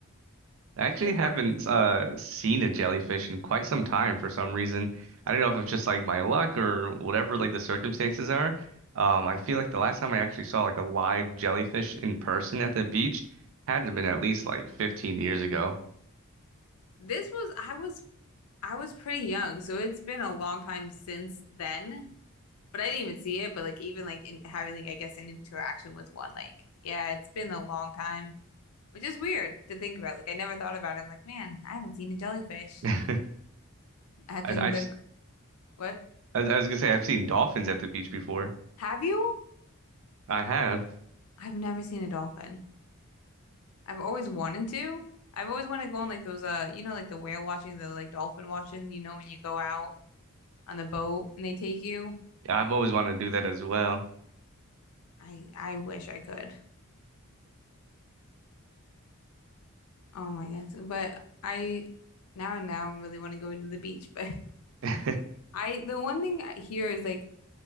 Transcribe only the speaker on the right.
I actually
haven't
uh seen a jellyfish in quite some time for some reason. I don't know if it's just like my luck or whatever like the circumstances are. Um, I feel like the last time I actually saw like a live jellyfish in person at the beach had to have been at least like 15 years ago.
<laughs> I,
I've
s-
I I was gonna say I've seen dolphins at the beach before.
I have.
I've always wanted to do that as well.
<laughs>